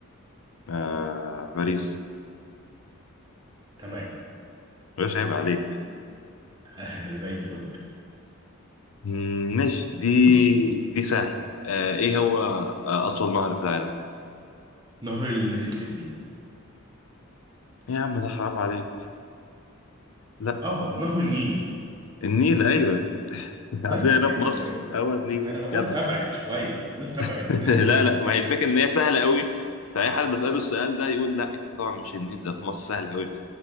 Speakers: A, on the left; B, on the right.
A: آه باريس
B: تمام
A: مش عيب عليك
B: بس. <laughs> زي الفل
A: مم، ماشي دي دي سهل آه ايه هو آه اطول نهر في العالم
B: نهر المسيسيبي
A: إيه يا عم ده حرام عليك لا
B: اه نهر النيل
A: النيل ايوه <laughs>
B: بس
A: عندنا
B: كده
A: هنا في مصر
B: تمام
A: هو النيل
B: انا قلت
A: جدع
B: ابعد شويه قلت ابعد
A: <laughs> لا لا ما هي الفكره ان هي سهله قوي فاي حد بساله السؤال ده يقول لا اكيد طبعا مش النيل ده في مصر سهل قوي